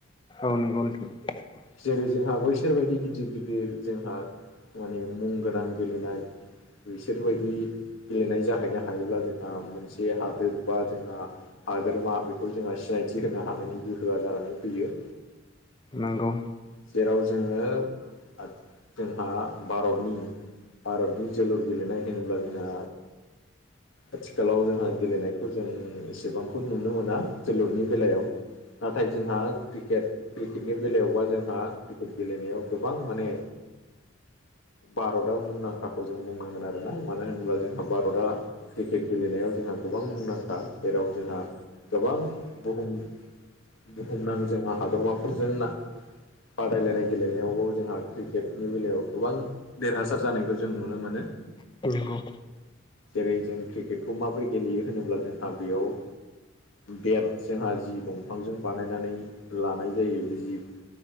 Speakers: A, on the left; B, on the left.
A: औनो <unintelligible>
B: जेरै जोंहा बै बिसोरबायदि गिदिर गिदिर जोंहा माने मुं गोनां गेलेनाय बिसोरबायदि गेलेनाय जाहैनो हायोब्ला जोंहा मोनसे हादोर बा जोंहा हाद्रमा बेखौ जोंहा सिनायथि होनो हानायनि गोहोआ जानानै फैयो
A: नंगौ
B: जेराव जोङो जोंहा भारतनि भारतनि जोलुर गेलेनाय होनोब्ला जोंहा आथिखालाव जोंहा गेलेनायखौ जों एसेबांखौ नुनो मोना जोलुरनि बेलायाव नाथाय जोंहा क्रिकेट क्रिकेटनि बेलायावबा जोंहा क्रिकेट गेलेनायाव गोबां माने भारतआ मुंदांखाखौ जों बुंनांगोन आरोना मानो होनोब्ला जोंहा भारतआ क्रिकेट गेलेनायाव जोंहा गोबां मुंदांखा जेराव जोंहा गोबां बुहुम बुहुमनां जोंहा हादरमाफोरजों ना बादायलायनाय गेलेनायावबो जोंहा क्रिकेटनि बेलायाव गोबां देरहासार जानायखौ जों नुनो मोनो
A: <unintelligible>
B: जेरै जों क्रिकेटखौ माबोरै गेलेयो होनोब्ला जोंहा बेयाव बेट जोंहा जि दंफांजों बानायनानै लानाय जायो जि